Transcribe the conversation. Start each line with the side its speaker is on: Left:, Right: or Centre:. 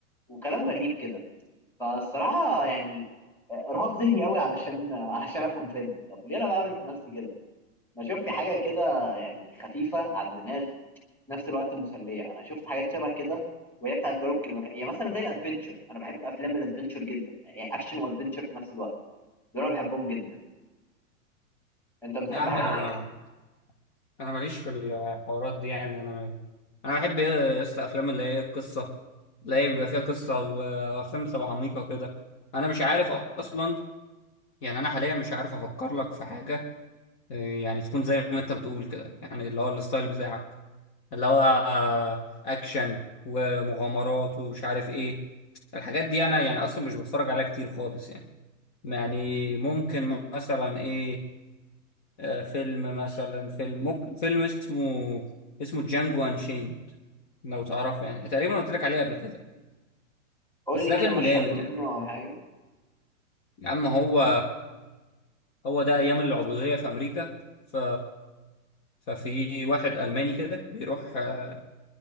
Centre: وكلام غريب كده فالصراحه يعني ارهاق ذهني قوي علشان <laughs> علشان افهم فيلم طب ليه انا بعمل في نفسي كده ما اشوف لي حاجه كده يعني خفيفه على الدماغ في نفس الوقت مسليه انا شفت حاجات شبه كده وهي بتاعت ذا روك المك... يعني مثلا زي الادفنتشر انا بحب افلام الادفنتشر جدا يعني اكشن وادفنتشر في نفس الوقت دول انا بحبهم جدا انت بتحب
Left: لا يا عم
Centre: حاجه
Left: انا ما
Centre: زي كده
Left: انا ماليش في الحوارات دي يعني انا انا بحب ايه يا اسطى افلام اللي هي ايه؟ القصه اللي هي بيبقى فيها قصه وافلام بتبقى عميقه كده انا مش عارف اصلا يعني انا حاليا مش عارف افكر لك في حاجه آه، يعني تكون زي ما انت بتقول كده يعني اللي هو الستايل بتاعك اللي هو آه، اكشن ومغامرات ومش عارف ايه الحاجات دي انا يعني اصلا مش بتفرج عليها كتير خالص يعني يعني ممكن مثلا ايه آه، فيلم مثلا فيلم ممكن فيلم اسمه اسمه جانجو انشيند لو تعرفه يعني تقريبا قلت لك عليه قبل كده
Centre: قول
Left: بس
Centre: لي
Left: ده
Centre: كده
Left: فيلم
Centre: مشهد
Left: جامد
Centre: منه
Left: يعني
Centre: او حاجه
Left: يا عم هو هو ده ايام العبودية في امريكا ف ففي واحد الماني كده بيروح آه،